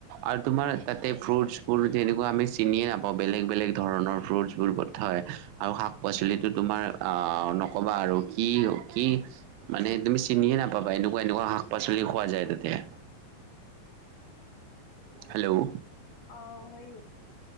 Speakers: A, on the right; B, on the left.
A: আৰু তোমাৰ তাতে ফ্ৰুট বোৰ এনেকুৱা আমি চিনিয়ে নাপাওঁ বেলেগ-বেলেগ ধৰণৰ ফ্ৰুটছবোৰ পঠ হয় আৰু শাক পাচলিতটো তোমাৰ আহ নক'বা আৰু। কি-কি মানে তুমি চিনিয়ে নাপাবা এনেকুৱা-এনেকুৱা শাক পাচলি খোৱা যায় তাতে। হেল্ল'?
B: অ', হয় নেকি?